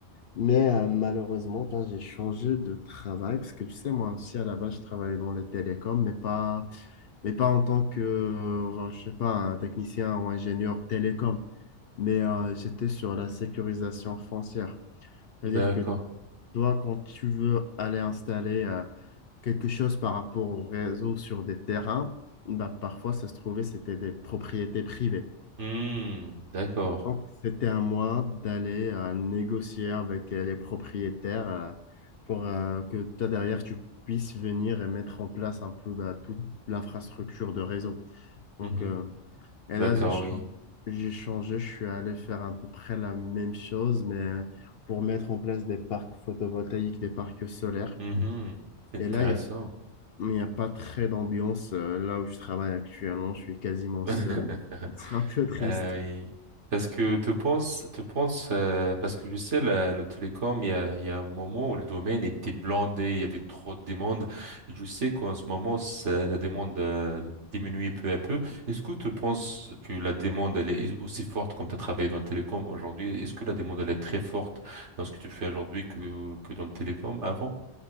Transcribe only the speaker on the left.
Mais euh, malheureusement, quand j'ai changé de travail, parce que tu sais, moi aussi à la base, je travaillais dans les télécoms, mais pas mais pas en tant que, euh, je sais pas, un technicien ou ingénieur télécom mais euh, j'étais sur la sécurisation foncière. C'est-à-dire
que toi, quand tu veux aller installer euh, quelque chose par rapport au réseau sur des terrains, bah, parfois, ça se trouvait, c'était des propriétés privées.
Donc, c'était à moi d'aller euh, négocier avec euh, les propriétaires euh, pour euh, que toi, derrière, tu puisses venir et mettre en place un peu bah, toute l'infrastructure de réseau.
Donc, euh, Et
là, j'ai chang-
j'ai changé, je suis allé faire à peu près la même chose, mais euh, pour mettre en place des parcs photovoltaïques, des parcs solaires.
Et là, il n'y a, il y a pas très d'ambiance. euh, Là où je travaille actuellement, je suis quasiment
seul. <laughs> C'est un peu triste.